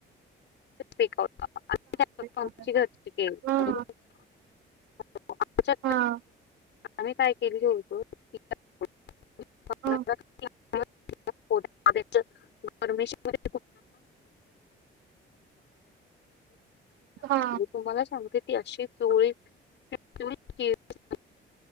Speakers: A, on the left; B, on the right.
A: <unintelligible>
B: वगैरे. हां,
A: <unintelligible> आच्या
B: हां,
A: आम्ही काय केली होत <unintelligible> <unintelligible>
B: हां,
A: <unintelligible> <inaudible> परमेश् <unintelligible>
B: हां,
A: तुम्हाला सांगते अशी चोळी <unintelligible>